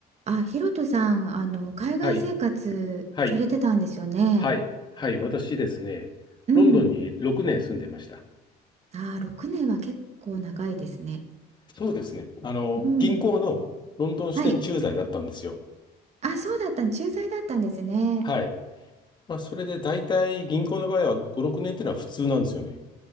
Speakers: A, on the right (about 40°); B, on the left (about 25°).
A: あ、ヒロトさん、あの、海外生活されてたんですよね。
B: はい、はい、はい、はい、私ですね、
A: うん。
B: ロンドンに6年住んでました。
A: あー、6年は結構長いですね。
B: そうですね。あの、
A: うん。
B: 銀行のロンドン支店駐在だったんですよ。
A: はい。あ、そうだった、駐在だったんですね。
B: はい。まあ、それで大体銀行の場合は5、6年っていうのは普通なんですよね。